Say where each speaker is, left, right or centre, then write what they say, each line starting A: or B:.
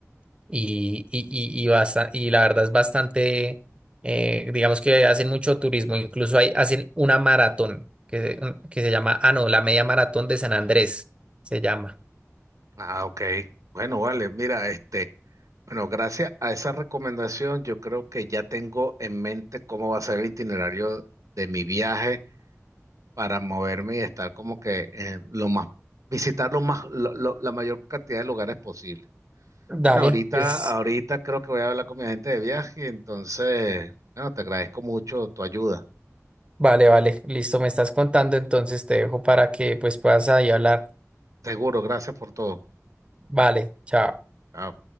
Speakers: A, on the right (about 20°); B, on the right (about 80°).
A: y, y, y, y, basta- y la verdad es bastante, eh, digamos que hacen mucho turismo, incluso hay, hacen una maratón que, se- un- que se llama, ah, no, la media maratón de San Andrés se llama.
B: Ah, ok. Bueno, vale, mira, este... Bueno, gracias a esa recomendación, yo creo que ya tengo en mente cómo va a ser el itinerario de mi viaje para moverme y estar como que eh, lo más, visitar lo más, lo- lo- la mayor cantidad de lugares posible.
A: Dale,
B: Bueno, ahorita,
A: pues
B: ahorita creo que voy a hablar con mi agente de viaje, entonces, bueno, te agradezco mucho tu ayuda.
A: vale, vale, listo, me estás contando, entonces te dejo para que pues puedas ahí hablar.
B: Seguro, gracias por todo.
A: Vale, chao.
B: Chao.